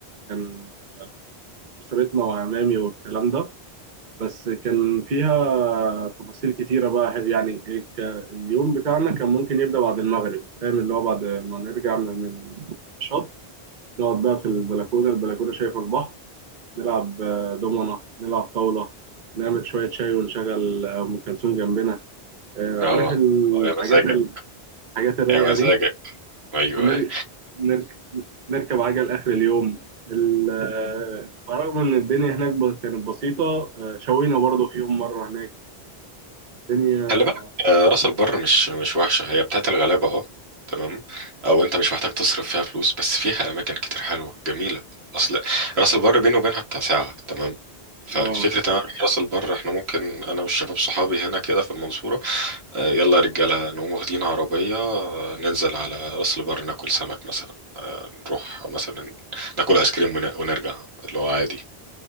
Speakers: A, on the right; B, on the right.
A: كان أسرتنا وعمامي والكلام ده بس كان فيها تفاصيل كتيرة بقى يعني ك- اليوم بتاعنا كان ممكن يبدأ بعد المغرب فاهم اللي هو بعد ما نرجع من الشط نقعد بقى في البلكونة البلكونة شايفة البحر نلعب آه، دومنة نلعب طاولة نعمل شوية شاي ونشغل أم كلثوم جنبنا آه، عارف
B: اه
A: الحاجات
B: اه يا مزاجك
A: ال- الحاجات الرايقة
B: يا مزاجك
A: دي
B: ايوه
A: ونركب
B: ايوه
A: نرك... نرك- نركب عجل آخر اليوم ال- آه، رغم إن الدنيا هناك ب- كانت بسيطة آه، شوينا برضه في يوم مرة هناك الدنيا
B: خلي بالك آه، راس البر مش مش وحشه هي بتاعت الغلابه اه تمام او انت مش محتاج تصرف فيها فلوس بس فيها اماكن كتير حلوه جميله اصل راس البر بيني وبينها بتاع ساعه تمام فالفكرة
A: اه
B: ان انا اروح راس البر احنا ممكن انا والشباب صحابي هنا كده في المنصورة آه، يلا يا رجالة نقوم واخدين عربية آه، ننزل على راس البر ناكل سمك مثلا آه، نروح مثلا ناكل ايس كريم ون- ونرجع اللي هو عادي